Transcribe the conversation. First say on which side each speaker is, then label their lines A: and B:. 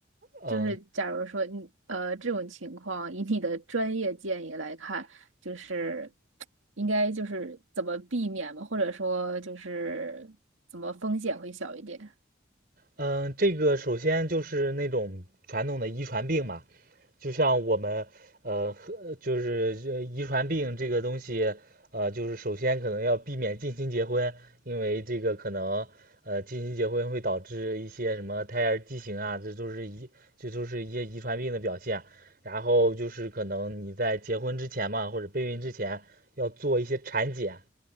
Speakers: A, on the right; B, on the right.
A: 嗯，
B: 就是假如说你呃这种情况，以你的专业建议来看，就是应该就是怎么避免嘛，或者说就是怎么风险会小一点？
A: 嗯，这个首先就是那种传统的遗传病嘛，就像我们呃，和就是呃遗传病这个东西，呃，就是首先可能要避免近亲结婚，因为这个可能呃近亲结婚会导致一些什么胎儿畸形啊，这都是遗这都是一些遗传病的表现。然后就是可能你在结婚之前嘛，或者备孕之前要做一些产检，